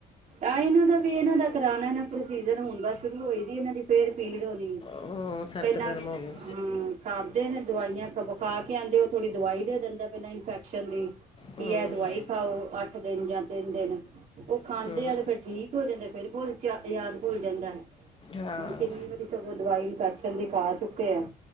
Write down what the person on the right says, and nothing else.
ਆਹ ਇਹਨਾਂ ਦਾ ਵੀ ਇਹਨਾਂ ਦਾ ਕਰਾਉਣਾ ਨਾ ਪ੍ਰੋਸੀਜਰ ਹੁਣ ਬਸ ਸ਼ੁਰੂ ਹੋਏ ਸੀ ਇਹਨਾਂ ਦੀ ਫੇਰ ਪੀੜ ਹੋਣੀ
ਪਹਿਲਾਂ
ਹਾਂ ਖਾਧਦੇ ਨੇ ਦਵਾਈਆਂ ਵਿ ਖਾ ਕੇ ਆਉਂਦੇ ਉਹ ਥੋੜੀ ਦਵਾਈ ਦੇ ਦਿੰਦਾ ਪਹਿਲਾਂ ਇਨਫੈਕਸ਼ਨ ਦੀ
ਕੀ ਹੈ ਦਵਾਈ ਖਾਓ ਅੱਠ ਦਿਨ ਜਾਂ ਤਿੰਨ ਦਿਨ ਉਹ ਖਾਂਦੇ
ਆ ਤੇ ਫੇਿਰ ਠੀਕ ਹੋ ਜਾਂਦੇ ਫੇਿਰ ਭੁੱਲ ਯਾਦ ਭੁੱਲ ਜਾਂਦਾ ਹੁਣ
ਕਿੰਨੀ ਵਾਰੀ ਚੋ ਦਵਾਈ ਇਨਫੈਕਸ਼ਨ ਦਿਖਾ ਚੁੱਕੇ ਆ